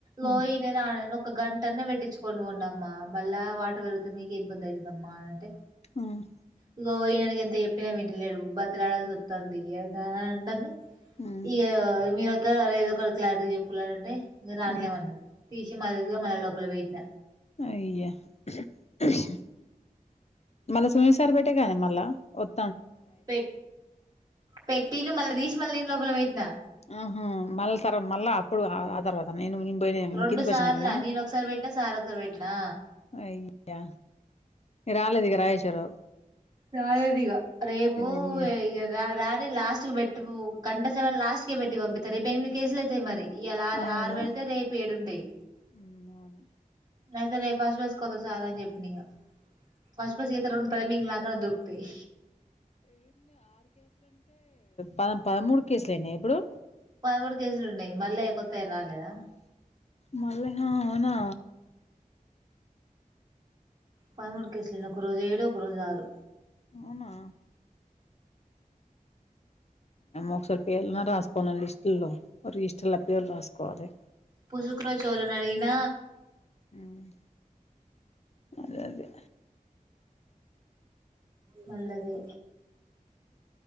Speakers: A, on the right; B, on the left.
A: గో
B: ఆ
A: ఇదే రాన్ ఒక గంటన్న పెట్టించు కొను కొండమ్మా మళ్ళా వాటర్ పెరిగితే మీక ఇబ్బంది అయితదమ్మ అంటే
B: ఉమ్
A: ఇగో ఈయనకి ఎంత చెప్పినా వింటలేడు బతలాడాల్సి వస్తంది అయినా అంటంది
B: మ్
A: ఇక మీరోస్తారో లేదో ఒకరు క్లారిటీ చెప్పులడంటే ఇంగ రాట్లేమ్
B: మ్
A: అంటాది తీసి మళ్ళగా మళ్ళ లోపల పెట్టిన
B: అయ్యో ఉహ్మ్ హు మల్ల స్వీట్ సరి పెట్టినవే మల్ల ఒత్
A: పెట్ పెట్టిండ్రు మళ్ళ దీసి మళ్ళీ నేన్ లోపల పెట్టినా
B: ఆహా మళ్ళ తర్వా మళ్ళా అప్పుడు ఆ తర్వాత నేను నేను పోయిన
A: రెండు
B: కిందికి
A: సార్ల
B: వచ్చినాకనా
A: నేన్ ఒకసారి పెట్నా సార్ ఒకసారి పెట్నా
B: అయ్యా ఇగ రాలేదు ఇక రాజేశ్వరవు
A: రాలేదిగ రేపు
B: అయ్య!
A: ఇగ రారని లాస్ట్ పెట్ ప్పు గంట సవన్ లాస్ట్కే పెట్టి పంపిత రేపు ఎనిమిది కేజీలు అయితయి మరీ ఇయాలా ఆరు
B: అవును
A: ఆరు పెడితే రేపు ఏడుంటాయి
B: హ్మ్. అవును
A: అయితే రేపు ఫస్ట్ బస్ కి వస్తా సార్ అని చెప్పిన ఇగ ఫస్ట్ బస్ కి అయితే రెండు టైమింగ్ లాక్ తాన్ దొరుకుతాయి
B: పమ్ పమూడు కేస్లయినయ ఇప్పుడు
A: పదమూడు కేజీలు ఉన్నాయి మళ్ళ కొత్తవి రాలేదా
B: మళ్ళ హా అవునా
A: పదమూడు కేసులుని ఒక రోజు ఏడు ఒక రోజు ఆరు
B: అవునా అమ్మ ఒకసారి పేర్లున రాసుకోలండి లిస్టులో రిజిస్టర్లో పేర్లు రాసుకోవాలి
A: పుసుకున చోల నడిగిన
B: ఉమ్ అదే అదే
A: మల్ల అదే